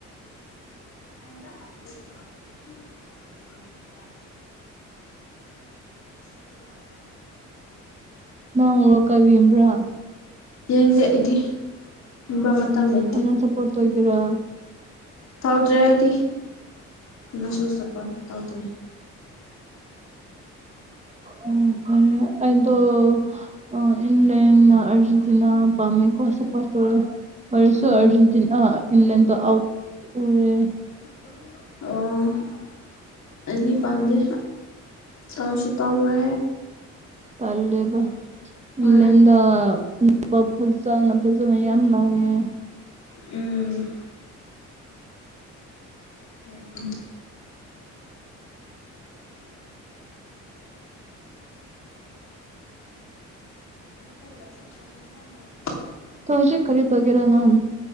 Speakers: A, on the left; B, on the right.
A: <inaudible> <unintelligible>
B: ꯅꯪ ꯋꯥ ꯀꯕ ꯌꯦꯡꯕ꯭ꯔꯥ
A: ꯌꯦꯡꯗꯦ ꯑꯩꯗꯤ <unintelligible> ꯃꯇꯝ ꯂꯩ
B: ꯀꯅꯥ ꯁꯄꯣꯔꯠ ꯇꯣꯏꯒꯦꯔꯥ
A: ꯇꯧꯗ꯭ꯔꯦ ꯑꯩꯗꯤ ꯃꯦꯁꯦꯁꯇ ꯐꯣꯟ ꯇꯧꯗꯦ
B: ꯎꯝ ꯐꯔꯦ ꯑꯩꯗꯣ ꯑ ꯏꯟꯂꯦꯟꯅ ꯑꯔꯖꯦꯟꯇꯤꯅꯥ ꯄꯥꯝꯃꯦꯀꯣ ꯁꯄꯣꯔꯠ ꯇꯧꯔꯣ ꯔꯁꯨ
A: ꯎꯝ
B: ꯑꯔꯖꯦꯟꯇꯤꯅꯥ ꯏꯪꯪꯂꯦꯟꯗ ꯑꯥꯎꯠ ꯑꯣꯏꯔꯦ
A: ꯑꯣ ꯑꯩꯗꯤ ꯄꯥꯝꯗꯦ ꯇꯧꯁꯨ ꯇꯧꯋꯦ
B: ꯇꯂꯦꯕ
A: ꯍꯣꯏ
B: ꯏꯟꯂꯦꯟꯗ <inaudible> ꯐꯖꯅ ꯐꯖꯅ ꯌꯥꯝ ꯂꯥꯛꯑꯦ
A: ꯎꯝ ꯍꯣꯏ <unintelligible>
B: ꯇꯣ ꯍꯨꯖꯤꯛ ꯀꯔꯤ ꯇꯧꯒꯦꯔꯥ ꯅꯪ